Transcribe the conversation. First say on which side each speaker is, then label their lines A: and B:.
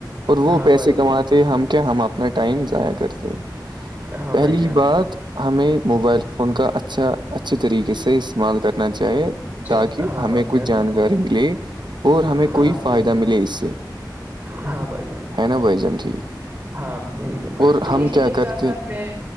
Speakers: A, on the right; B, on the right.
A: اور وہ
B: ہاں
A: پیسے
B: بھائی جان
A: کماتے ہم کیا ہم اپنا ٹائم ضائع کرتے
B: ہاں
A: پہلی
B: بھائی جان
A: بات ہمیں موبائل فون کا اچھا اچھے طریقے سے استعمال کرنا چاہیے
B: جے-
A: تاکہ
B: ہاں
A: ہمیں
B: بھائی
A: کچھ
B: جان
A: جانکاری ملے اور ہمیں
B: ہاں
A: کوئی فائدہ
B: بھائی-
A: ملے اس سے
B: ہاں بھائی جان
A: ہ نا بائی جان ٹھیک
B: ہاں
A: اور
B: تو
A: ہم
B: اسی
A: کیا
B: کے
A: کرتے
B: ساتھ ساتھ میں